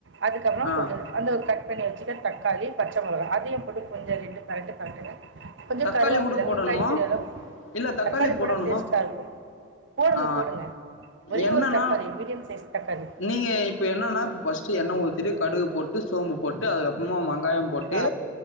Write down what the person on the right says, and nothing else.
அதுக்கப்புறம்
கொஞ்சம் அந்த க பண்ணி வச்சுக்க தக்காளி பச்ச முளகா அதிக போட்டு கொஞ்சம் பெரட்டு பெரட்டுங்க கொஞ்ச
கருவாப்பில
ஒரு கைப்பிடிஅளவு
தக்காளி
போட டேஸ்ட்டா இருக்கும் போடுங்க
போடுங்க ஒரே
ஒரு தக்காளி மீடியம் சைஸ் தக்காளி
ஆ